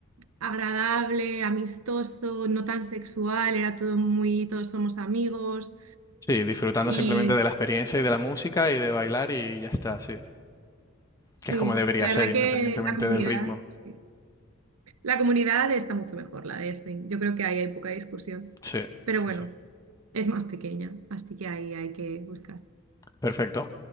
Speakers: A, on the right; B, on the left.
A: agradable, amistoso, no tan sexual, era todo muy, todos somos amigos
B: Sí, disfrutando
A: y
B: simplemente de la experiencia y de la música y de bailar y ya está, sí.
A: sí,
B: Que es como debería
A: la verdad
B: ser, independientemente
A: que la comunidad,
B: del ritmo.
A: sí. La comunidad está mucho mejor, la de swing. Yo creo que ahí hay poca discusión,
B: Sí,
A: pero
B: sí,
A: bueno,
B: sí.
A: es más pequeña, así que ahí hay que buscar.
B: Perfecto.